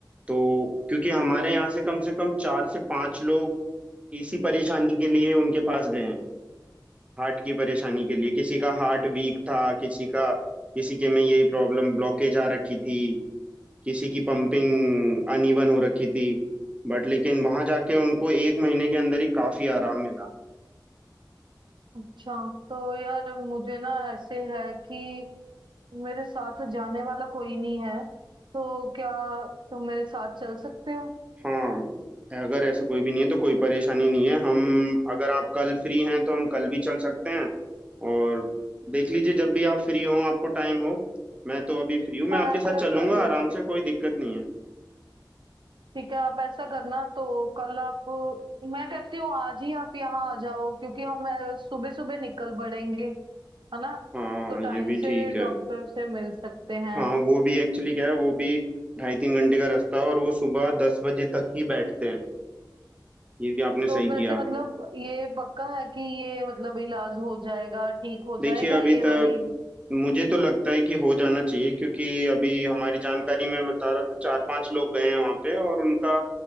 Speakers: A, on the right (about 15°); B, on the right (about 85°).
A: तो क्योंकि हमारे यहाँ से कम से कम चार से पांच लोग इसी परेशानी के लिए उनके पास गए हैं हार्ट की परेशानी के लिए किसी का हार्ट वीक था किसी का किसी के में यही प्रॉब्लम ब्लॉकेज आ रखी थी किसी की पंपिंग अनइवन हो रखी थी बट लेकिन वहां जाके उनको एक महीने के अंदर ही काफी आराम मिला
B: अच्छा तो यार मुझे ना ऐसे है कि मेरे साथ जाने वाला कोई नहीं है तो क्या तुम मेरे साथ चल सकते हो
A: हाँ अगर ऐसे कोई भी नहीं है तो कोई परेशानी नहीं है हम अगर आप कल फ्री हैं तो हम कल भी चल सकते हैं और देख लीजिए जब भी आप फ्री हो आपको टाइम हो मैं तो अभी फ्री हूँ मैं
B: हाँ
A: आपके
B: ऐसा
A: साथ चलूंगा
B: कर लेते
A: आराम से कोई दिक्कत नहीं है
B: ठीक है आप ऐसा करना तो कल आप मैं कहती हूँ आज ही आप यहाँ आ जाओ क्योंकि हम सुबह सुबह निकल पड़ेंगे है ना
A: हाँ
B: तो टाइम
A: ये भी
B: से
A: ठीक
B: डॉक्टर
A: है
B: से मिल सकते हैं
A: हाँ वो भी एक्चुअली क्या है वो भी ढाई तीन घंटे का रास्ता है और वो सुबह दस बजे तक ही बैठते हैं ये भी आपने
B: तो
A: सही
B: वैसे
A: किया
B: मतलब ये पक्का है कि ये मतलब इलाज हो जाएगा ठीक हो जाएगा
A: देखिए अभी
B: ये
A: तक
B: वाली
A: मुझे तो लगता है कि हो जाना चाहिए क्योंकि अभी हमारी जानकारी में बता रहा था चार पांच लोग गए हैं वहां पे और उनका